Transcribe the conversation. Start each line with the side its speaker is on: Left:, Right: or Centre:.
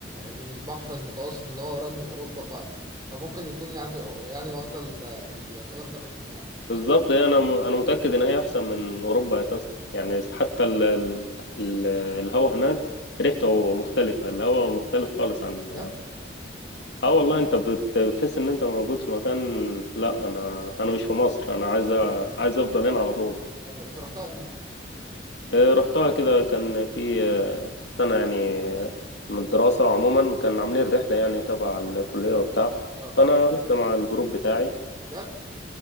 Right: من البحر المتوسط اللي هو قريب من اوروبا ف فممكن يكون يعني يعني واخده ال- الكلام ده منهم يعني
Left: بالظبط يعني أنا م- أنا متأكد إن هي أحسن من أوروبا أساسا يعني حتى ال... ال... ال- الهوا هناك ريحته مختلفة الهوا مختلف خالص عن
Right: بجد
Left: اه والله انت بت... بتحس ان انت موجود في مكان لا انا انا مش في مصر انا عايز أ- عايز افضل هنا على طول
Right: ايوه انت رحتها امتى؟
Left: آه، رحتها كده كان في آه، سنة يعني آه، من الدراسة عموما كان عاملين رحلة يعني تبع الكلية وبتاع
Right: اه آه.
Left: فانا رحت مع الجروب بتاعي
Right: بجد